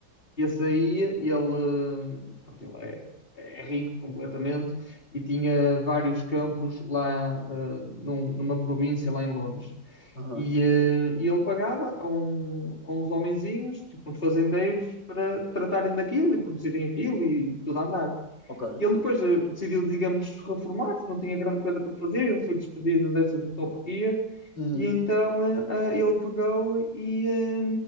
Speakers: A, on the left; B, on the left.
A: E esse aí, ele, eh, pronto, ele é, é rico completamente e tinha vários campos lá, eh, num- numa província lá em Londres.
B: Aham,
A: E, eh, e ele pagava a, um- a uns homenzinhos, tipo uns fazendeiros, para tratarem daquilo e produzirem aquilo e tudo a andar.
B: Ok.
A: E ele depois eh, decidiu, digamos, reformar-se, não tinha grande coisa para fazer, ele foi despedido dessa do Top Gear,
B: Uhum.
A: e então eh, eh, ele pegou e, eh,